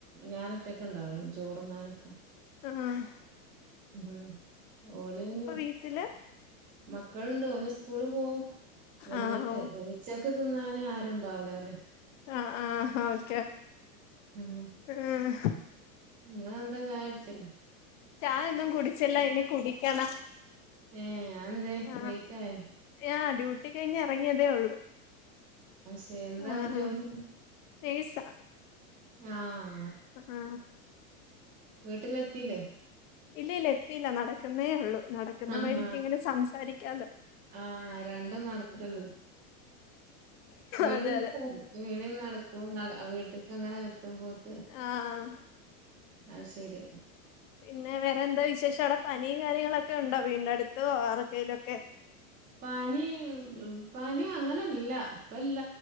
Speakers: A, on the right; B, on the left.
A: ഞാന് ഒറ്റക്കെ ഇണ്ടാവല്ലോ ചോറ്ന്നാനൊക്കെ
B: ആഹ്
A: ഉം ഓല്ന്ന
B: വീട്ടില്
A: മക്കളുണ്ട് ഓല് സ്കൂള് പോകും വന്നിട്ട്
B: ആഹ്
A: ഉച്ചക്ക് തിന്നാൻ ആരുണ്ടാവൂല അറിയാ
B: ആഹ് ആഹ് ഓക്കെ
A: ഉം
B: ആഹ്
A: നിങ്ങെന്താ ചായ കുടിച്ച
B: ചായൊന്നും കുടിച്ചില്ല ഇനി കുടിക്കണം
A: ഏ അതെന്തേ
B: ആഹ്
A: ലേറ്റ് ആയോ
B: ആഹ് ഡ്യൂട്ടി കഴിഞ്ഞ് ഇറങ്ങിയതേ ഉള്ളൂ
A: പക്ഷെ എന്താ
B: ആഹ്
A: ജോലി
B: നേഴ്സാ
A: ആഹ്
B: ആഹ്
A: വീട്ടിലെത്തില്ലേ
B: ഇല്ല ഇല്ല എത്തിയില്ല നടക്കുന്നേ ഉള്ളൂ നടക്കുന്ന
A: ആഹ്
B: വഴിക്ക് ഇങ്ങനെ സംസാരിക്കാലോ
A: ആഹ് രണ്ടും നടക്കള്ളൂ വിളി
B: അതെ അതെ
A: വിളി നടക്കും വീട്ട്ക്ക് അങ്ങനെ എത്തുംപോത്ത്
B: ആഹ്
A: അ ത്ശരി
B: പിന്നെ വേറെന്താ വിശേഷം അവിടെ പനിയും കാര്യങ്ങളൊക്കെ ഉണ്ടോ വീടിനടുത്തോ അടുത്തോ ആർക്കെയിലൊക്കെ
A: പനി പാനി അങ്ങനെല്ല ഇപ്പല്ല